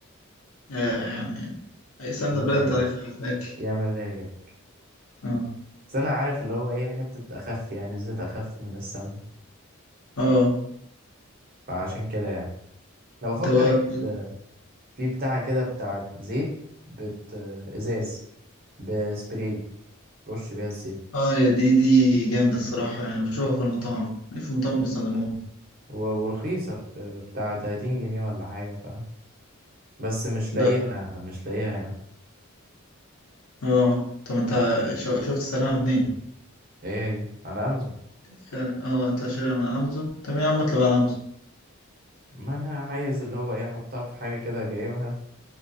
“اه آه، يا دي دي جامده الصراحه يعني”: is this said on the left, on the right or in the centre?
Left